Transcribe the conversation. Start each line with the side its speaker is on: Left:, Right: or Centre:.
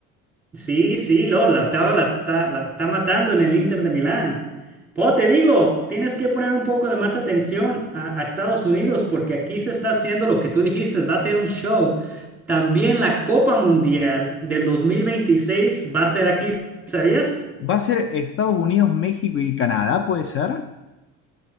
Centre: Sí, sí, lo, la, ahora la está, la está matando en el Inter de Milán. Po, te digo, tienes que poner un poco de más atención a, a Estados Unidos porque aquí se está haciendo lo que tú dijiste, va a ser un show. También la Copa Mundial del 2026 va a ser aquí, ¿sabías?
Left: Va a ser Estados Unidos, México y Canadá, ¿puede ser?